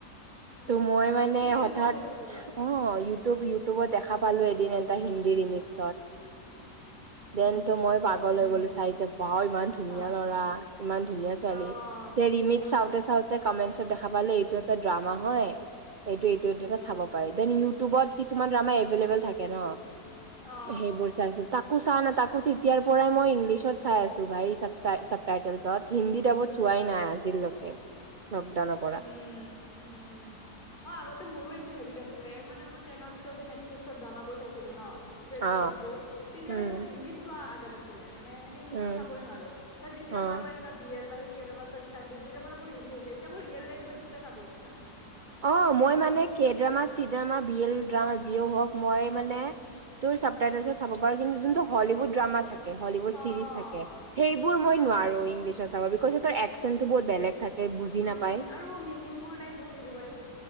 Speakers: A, on the left; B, on the right.
A: উম
B: ত মই মানে
A: চিৰিয়েল
B: হঠাৎ
A: মইও চাইছিলো বাৰু
B: অ ইউটিউব ইউটিউবত
A: অ
B: দেখা। পালোঁ এদিন এটা হিন্দী ৰিমিক্সত। দিনটো
A: উম
B: মই পাগল
A: উম
B: হৈ গ'লো চাইছে বা ইমান ধুনীয়া
A: চাও
B: ল'ৰা ইমান ধুনীয়া ছোৱালী।
A: অ
B: ত ৰিমিক্স
A: অ
B: চাউতে চাউতে কমেন্টচত দেখা পালো এইটো এটা ড্ৰামা হয় এইটো এইটো একে
A: অ
B: চাব পাৰি দেন ইউটিউবত কিছুমান ড্ৰামা এভেইলেবেল থাকে ন
A: অ
B: সেইবোৰ চাইছিলো। তাকো চা ন তাকো তেতিয়াৰ পৰাই মই ইংলিছত চাই আছো ভাই চাব টাইটেলছত হিন্দী ডাব চোৱাই
A: অ
B: নাই আজিলৈকে লকডাউন।
A: উম উম উম। অ আগতে মোৰো এইটো হেবিট আছিলে মানে মোৰ টেনৰ পিছত যে নেটফ্লিক্সত ড্ৰামাবোৰ চাইছিলো ন। ৱেব
B: অ
A: ছিৰিজ বোৰ তেতিয়ালৈক
B: উম
A: মোৰ হিন্দীত চোৱা আদত আছিলে মানে এনে ইংলিছত
B: উম
A: চাবই নোৱাৰো বাট যেতিয়া
B: অ
A: পৰা মই এনে বি এল বা কে ড্ৰামা চোৱা ইষ্টাত দি দিলো তেতিয়াৰ পৰা মোৰ হেৰি হৈ যায়। এইবোৰ ৰিয়েল লেংগুৱেজ টোতে চাবৰ ইচছা।
B: অ মই মানে K drama C drama B L drama যিয়ও হওঁক। মই মানে
A: উম,
B: তোৰ চাব টাইটল চাব পাৰ কিন্তু জোনটো হলউড ড্ৰামা থাকে হলিউড
A: অ',
B: চিৰিজ থাকে সেইবোৰ
A: অ',
B: মই নোৱাৰো
A: অ'।
B: ইংলিছত চাব বিকজ এক্চনতো বহুত বেলেগ থাকে বুজি
A: উম
B: নাপায়।
A: আৰু মিনিং বোৰ লাইক বহুত হেৰি কৰে বুজ